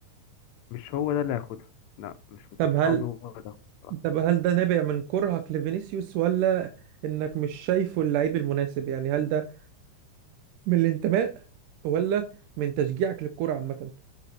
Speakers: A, on the left; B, on the right.
A: مش هو ده اللي هياخدها لا مش ما
B: طب
A: كنتش
B: هل
A: عاوز هو ده ياخدها.
B: طب هل ده نابع من كرهك لفينيسيوس ولا انك مش شايفه اللعيب المناسب يعني هل ده من الانتماء ولا من تشجيعك للكرة عامة